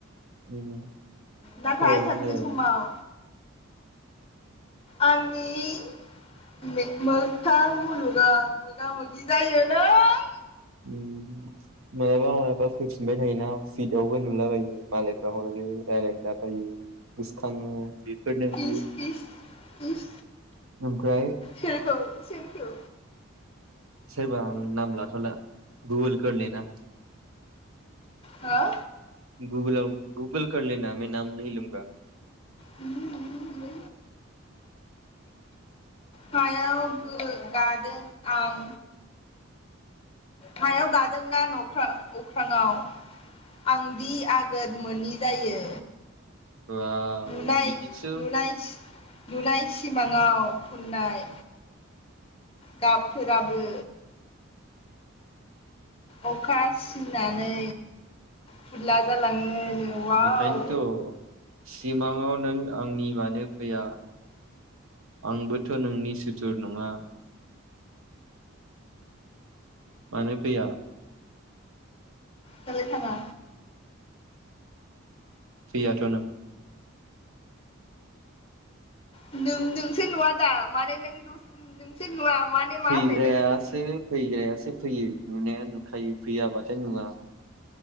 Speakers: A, on the right (about 85°); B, on the left (about 25°).
A: उम
B: नाथाय
A: होबायमोन
B: सानसे
A: होबायमोन
B: समाव आंनि <unintelligible> मोगथा मुलुगाव मोगा मोगि जायो नों
A: उ मालाबा मालाबा फैफिनबाय थायोना फिटआवबो नुलाबायो मालायफ्रा हरो रायलायलाबायो गोसोखाङो बेफोरनोदि
B: इस इस इस
A: ओमफ्राय
B: सोरखौ सोरखौ
A: सोरबा नाम उम लाथ'ला गुगोल खोललेदा
B: हो
A: गुगोलआव गुगोल करलेना मे नाम निहि लुंगा
B: उ <unintelligible> हायाव गो गादों आं हायाव गादोंना नख्रा अख्रांआव आं दि आगोद मोनि जायो।
A: अवाव
B: नुनाय
A: बिदिसो
B: नुनाय नुनाय सिमाङाव फुननाय गाबफोराबो अखा सिनानै फुरला जालाङो न'आव
A: बेखायनथ सिमाङाव नों आंनि मानो फैया आंबोथ नोंनि सुथुर नङा मानो फैया
B: दालाय थाङा
A: फैयाथ नों
B: नों नोंसो नुवा दा माने नों द <unintelligible> नोंसो नुवा माने मा
A: फैग्रायासो
B: होननाय जाखो
A: फैग्रायासो फैयो नुनाया नुखायो फैयाबाथाय नुङा